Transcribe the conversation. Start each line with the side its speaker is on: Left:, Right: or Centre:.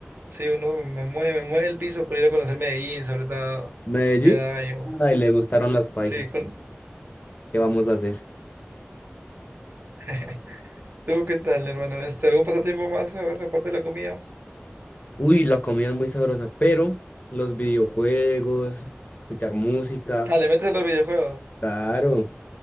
Right: Sí, uno me mueve, me mueve el piso por ir a conocer Medellín, sobre todo
Left: Medellín,
Right: Medallo.
Left: ay, le gustaron las paisas.
Right: Sí, con...
Left: ¿Qué vamos a hacer?
Right: <laughs> ¿Tú qué tal, hermano? Este, ¿algún pasatiempo más? A ver, aparte de la comida.
Left: Uy, la comida es muy sabrosa, pero los videojuegos, escuchar música,
Right: Ah, le metes a los videojuegos.
Left: claro.